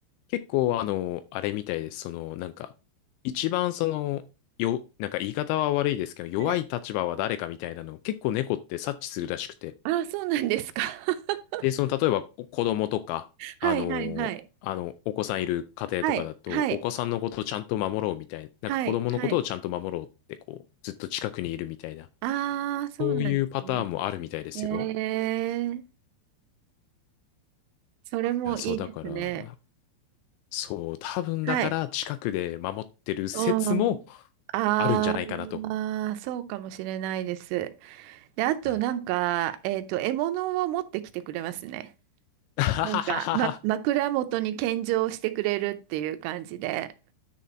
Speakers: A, on the left; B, on the right.
A: 結構あの、あれみたいです。その、なんか、一番その、よ、なんか言い方は悪いですけど、弱い立場は誰かみたいなのを結構猫って察知するらしくて。
B: はい。ああ、そうなんですか。<laughs>
A: で、その、例えばお子供とか、
B: はい、
A: あの、
B: はい、はい。
A: あの、お子さんいる家庭とかだと、
B: はい、はい、
A: お子さんのことをちゃんと守ろうみたいな、なんか子供のことをちゃんと守ろうって、
B: はい、はい。
A: こう、ずっと近くにいるみたいな、
B: ああ、そうなんですね。
A: そういうパターンもあるみたいですよ。
B: ええ、それもいいですね。
A: いや、そう、だから、そう、多分だから近くで守ってる説も
B: はい。うん。あ
A: あるんじゃないかなと。
B: あ、そうかもしれないです。で、あとなんか、
A: はい。
B: えっと、獲物を持ってきてくれますね。
A: <laughs> あはははは
B: なんか、ま、枕元に献上してくれるっていう感じで。